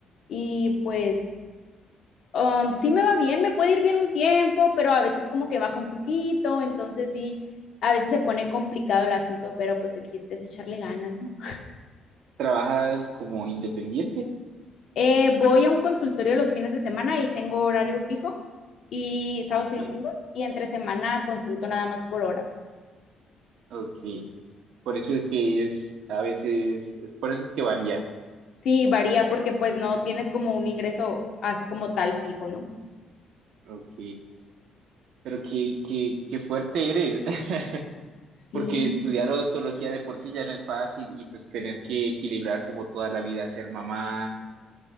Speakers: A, on the left (about 50°); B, on the right (about 70°).
A: y pues um, sí me va bien, me puede ir bien un tiempo, pero a veces como que baja un poquito, entonces sí, a veces se pone complicado el asunto, pero pues el chiste es echarle ganas, ¿no?
B: ¿Trabajas como independiente?
A: Eh, voy a un consultorio los fines de semana y tengo horario fijo y sábados
B: Ok,
A: y domingos y entre semana consulto nada más por horas.
B: ok. Por eso es que es, a veces, por eso es que varía.
A: Sí, varía porque pues no tienes como un ingreso así como tal fijo, ¿no?
B: Ok, pero qué, qué, qué fuerte eres, <laughs>
A: Sí,
B: porque estudiar odontología de por sí ya no es fácil y pues tener que equilibrar como toda la vida, ser mamá.